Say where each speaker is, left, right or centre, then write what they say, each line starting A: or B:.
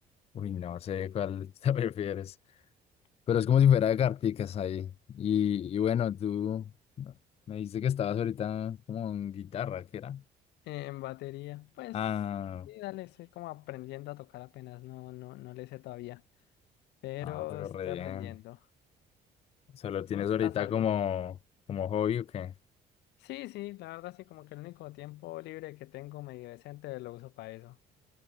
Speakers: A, on the left; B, on the left.
A: Uy, no sé cuál te <laughs> prefieres. Pero es como si fuera de carticas ahí. Y, y bueno, tú me dijiste que estabas ahorita como en guitarra, ¿qué era?
B: En batería, pues
A: Ah,
B: sí, dale, estoy como aprendiendo a tocar apenas, no, no, no le sé todavía, pero
A: ah, pero
B: estoy
A: re
B: aprendiendo.
A: bien. ¿Solo tienes
B: ¿Vos tocas
A: ahorita
B: algo?
A: como, como hobby o qué?
B: Sí, sí, la verdad sí, como que el único tiempo libre que tengo medio decente lo uso para eso.